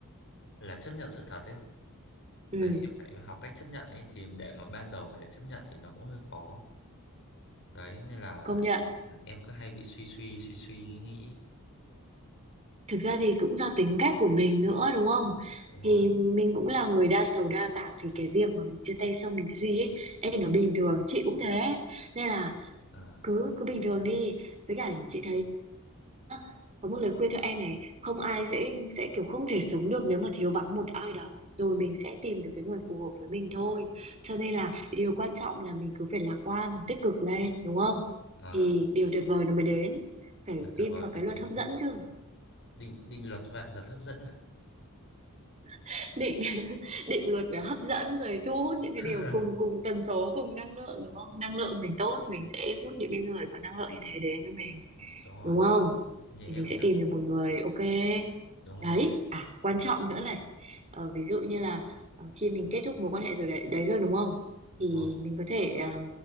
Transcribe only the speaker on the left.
là chấp nhận sự thật ấy
đấy em phải học cách chấp nhận ấy thì để mà ban đầu mà để chấp nhận thì nó cũng hơi khó đấy nên là
là em cứ hay bị suy suy suy suy nghĩ nghĩ
đúng rồi
à,
à
được tuyệt
vời
mới
đến
định định luật vạn vật hấp dẫn à?
<laughs>
đúng rồi
như em
em
đúng
rồi
đúng
rồi